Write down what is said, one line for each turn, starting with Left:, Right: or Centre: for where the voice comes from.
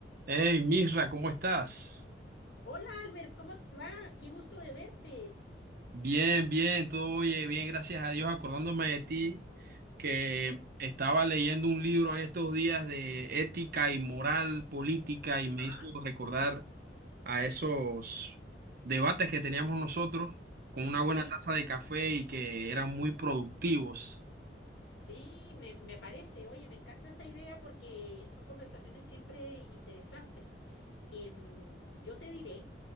Right: Hey, Misra, ¿cómo estás?
Left: Hola Albert, ¿cómo te va? Qué gusto de verte.
Right: Bien, bien, todo oye, bien, gracias a Dios, acordándome de ti, que
Left: Oh,
Right: estaba leyendo un libro en estos días de ética y moral política y me
Left: Ah,
Right: hizo recordar a esos debates que teníamos nosotros con una
Left: sí,
Right: buena taza de café y que eran muy productivos.
Left: Sí, me, me parece. Oye, me encanta esa idea porque son conversaciones siempre interesantes. Em, yo te diré